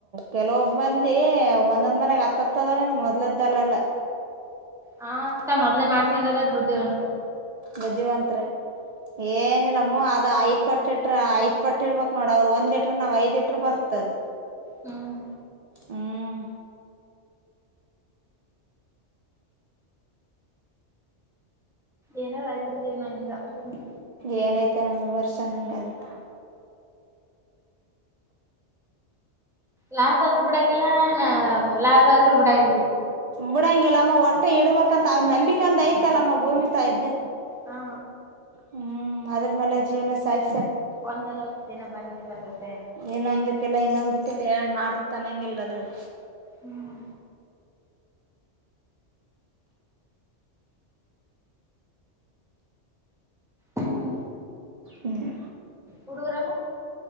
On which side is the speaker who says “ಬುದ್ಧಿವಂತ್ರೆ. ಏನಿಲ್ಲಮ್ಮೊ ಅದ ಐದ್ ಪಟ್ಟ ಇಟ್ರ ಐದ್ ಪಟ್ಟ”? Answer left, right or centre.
Right